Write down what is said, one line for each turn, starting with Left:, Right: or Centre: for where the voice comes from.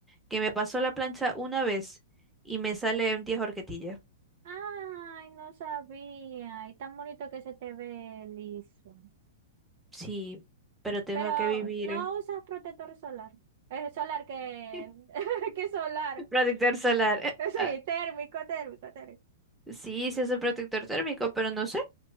Centre: que me pasó la plancha una vez y me salen 10 horquetillas.
Right: Ay, no sabía, y tan bonito que se te ve liso.
Centre: Sí, pero tengo
Right: Pero
Centre: que vivir.
Right: no usas protector solar. Es solar que,
Centre: <laughs>
Right: <laughs> que solar.
Centre: Protector solar. eh,
Right: Eh, Sí,
Centre: ah,
Right: térmico, térmico, térmico.
Centre: sí, sí es un protector térmico, pero no sé.